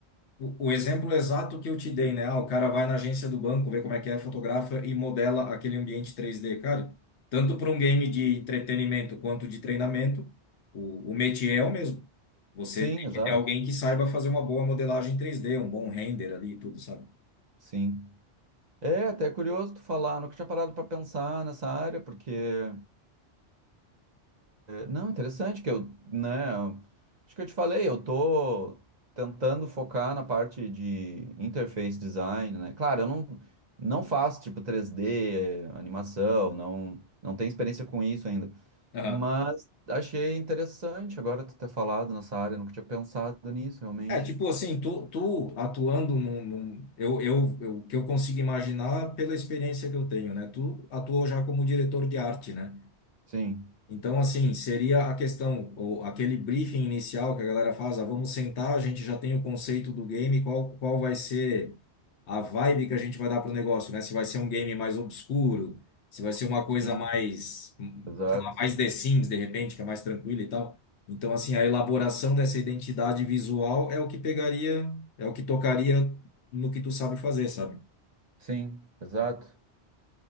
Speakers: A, on the left (about 75°); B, on the right (about 45°).
A: o, o exemplo exato que eu te dei, né? Ah, o cara vai na agência do banco, vê como é que é, fotografa e modela aquele ambiente 3D, cara. Tanto para um game de entretenimento quanto de treinamento, o, o métier é o mesmo. Você
B: Sim,
A: tem
B: exato.
A: que ter alguém que saiba fazer uma boa modelagem 3D, um bom render ali e tudo, sabe?
B: Sim. É até curioso tu falar, nunca tinha parado pra pensar nessa área, porque Não, interessante que eu, né, acho que eu te falei, eu tô tentando focar na parte de interface design, né? Claro, eu não não faço tipo 3D, animação, não não tenho experiência com isso ainda.
A: Aham.
B: Mas achei interessante agora tu ter falado nessa área, eu nunca tinha pensado nisso realmente.
A: É, tipo assim, tu, tu atuando num, num- eu, eu, eu, o que eu consigo imaginar pela experiência que eu tenho, né? Tu atuou já como diretor de arte, né?
B: Sim,
A: Então, assim, seria a questão, ou aquele briefing inicial que a galera faz, ah, vamos sentar, a gente já tem o conceito do game, qual, qual vai ser a vibe que a gente vai dar pro negócio, né? Se vai ser um game mais obscuro, se vai ser uma coisa
B: sim,
A: mais, hum,
B: exato.
A: sei lá, mais The Sims, de repente, que é mais tranquila e tal. Então, assim, a elaboração dessa identidade visual é o que pegaria, é o que tocaria no que tu sabe fazer, sabe?
B: Sim, exato.